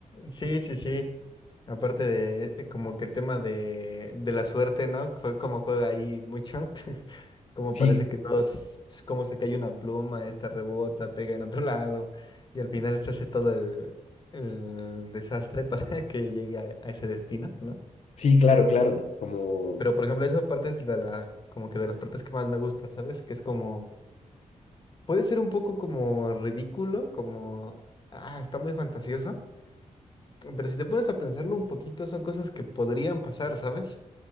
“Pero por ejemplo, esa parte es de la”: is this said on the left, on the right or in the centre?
Left